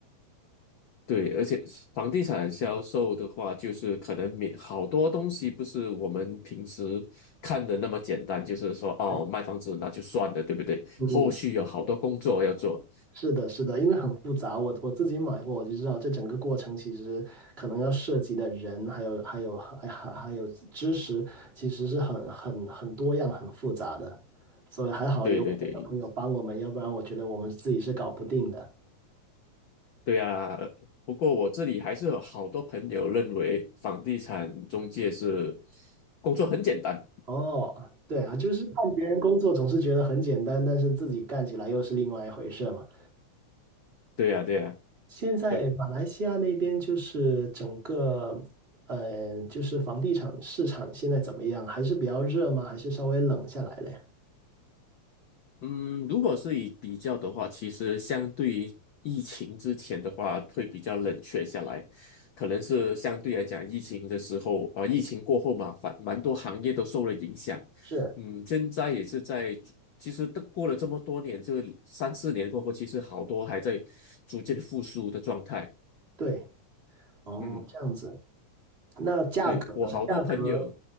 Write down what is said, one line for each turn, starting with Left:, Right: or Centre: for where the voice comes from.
Left: 对，而且房地产销售的话，就是可能没好多东西不是我们平时看的那么简单，就是说哦，
Right: 对，
Left: 卖房子那就算了，对不对？
Right: 嗯嗯
Left: 后续有好多工作要做。
Right: 是的，是的，因为很复杂，我我自己买过，我就知道这整个过程其实可能要涉及的人，还有还有还还还有知识，其实是很很很多样、很复杂的，所以还好有我们的朋友帮我们，
Left: 对对对，
Right: 要不然我觉得我们自己是搞不定的。
Left: 对啊，不过我这里还是有好多朋友认为房地产中介是工作很简单。
Right: 哦，对啊，就是看别人工作总是觉得很简单，但是自己干起来又是另外一回事嘛。
Left: 对呀，对呀，
Right: 现在马来西亚那边就是整个，
Left: 对，
Right: 呃就是房地产市场现在怎么样？还是比较热吗？还是稍微冷下来了呀？
Left: 嗯，如果是以比较的话，其实相对于疫情之前的话，会比较冷却下来，可能是相对来讲，疫情的时候啊、疫情过后嘛，反蛮多行业都受了影响。
Right: 是，
Left: 嗯，现在也是在逐，其实都过了这么多年，这三四年过后，其实好多还在逐渐复苏的状态。
Right: 对，哦，
Left: 嗯。
Right: 这样子。那价格呢？
Left: 对，我好多朋友，
Right: 价格，